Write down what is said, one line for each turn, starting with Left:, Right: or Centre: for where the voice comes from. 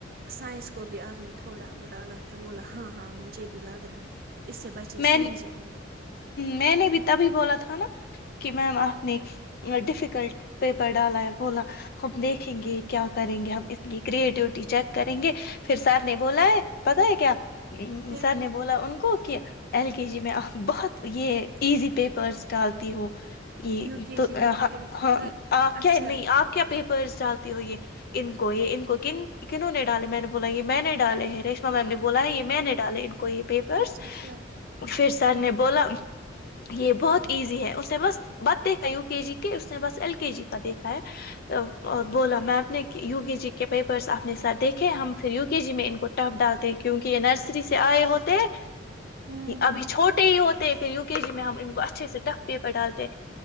Right: سائنس کو بھی آپ نے تھوڑا وہ ڈالا تھا بولا ہاں ہاں مجھے بھی لگ رہا ہے اس سے بچے
Left: میں
Right: سیکھ
Left: ہ
Right: جائیں گے
Left: میں نے بتا بھی بولا تھا نا کہ میم آپ نے ڈیفیکلٹ پیپر ڈالا ہے بولا ہم دیکھیں گے کیا کریں گے ہم اس کی کرٹیوٹی چیک کریں گے پھر سر نے بولا ہے پتا ہے کیا
Right: کیا
Left: سر نے بولا ان کو کہ ایل کے جی میں آپ بہت یہ ایزی پیپرس ڈالتی ہو یہ
Right: یو کے
Left: تو
Right: جی میں پھر
Left: ہاں آپ کیا
Right: اچھا
Left: نہیں آپ کیا پیپرس ڈالتے ہو یہ ان کو یہ ان کو کن کنہوں نے ڈالے میں نے بولا یہ میں نے ڈالے ہیں ریشما میم نے بولا ہے یہ میں نے ڈالے ان کو یہ پیپرس
Right: اچھا اچھا
Left: پھر سر نے بولا یہ بہت ایزی ہے اس نے بس بت دیکھا ہے یو کے جی کے اس نے بس ایل کے جی کا دیکھا ہے بولا میں اپ نے ی کے جی کے پیپرس اپنے ساتھ دیکھے ہم پھر یو کے جی میں ان کو ٹف ڈالتے ہیں کیونکہ یہ نرسری سے آئے ہوتے ہیں
Right: ہوں ہوں
Left: ابھی چھوٹے ہی ہوتے ہیں پھر یو کے جی میں ہم ان کو اچھے سے ٹف پیپر ڈالتے